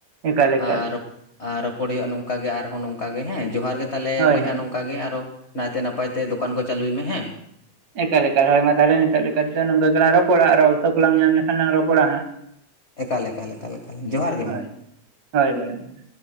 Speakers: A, on the right; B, on the left.
A: ᱮᱠᱟᱞ
B: ᱟᱨ
A: ᱮᱠᱟᱞ
B: ᱟᱨ ᱨᱚᱯᱚᱲ ᱦᱩᱭᱩᱜᱼᱟ ᱱᱚᱝᱠᱟ ᱜᱮ ᱟᱨᱦᱚ ᱱᱚᱝᱠᱟ ᱜᱮ ᱦᱮᱸ ᱡᱚᱦᱟᱨ ᱜᱮ ᱛᱟᱞᱮ
A: ᱦᱳᱭ
B: ᱵᱚᱭᱦᱟ
A: ᱦᱳᱭ
B: ᱱᱚᱝ ᱚᱱᱠᱟ ᱜᱮ ᱟᱨᱚ ᱱᱟᱭᱛᱮ ᱱᱟᱯᱟᱭ ᱛᱮ ᱫᱚᱠᱟᱱ ᱠᱚ ᱪᱟᱹᱞᱩᱭ ᱢᱮ ᱦᱮᱸ᱾
A: ᱮᱠᱟᱞᱮᱠᱟᱞ ᱦᱳᱭ ᱢᱟ ᱛᱟᱦᱚᱞᱮ ᱱᱤᱛᱚᱜ ᱞᱮᱠᱟ ᱛᱚ ᱱᱚᱝᱠᱟ ᱜᱮᱞᱟᱝ ᱨᱚᱯᱚᱲᱟ ᱟᱨ ᱚᱠᱛᱚ ᱠᱚᱞᱟᱝ ᱧᱟᱢ ᱞᱮᱠᱷᱟᱱ ᱞᱟᱝ ᱨᱚᱯᱚᱲᱟ ᱦᱟᱸᱜ᱾
B: ᱮᱠᱟᱞᱮᱠᱟᱞᱮᱠᱟᱞ ᱡᱚᱦᱟᱨᱜ ᱜᱮ
A: ᱦᱳᱭ
B: ᱢᱟ᱾
A: ᱦᱳᱭ ᱵᱚᱭᱦᱟ ᱾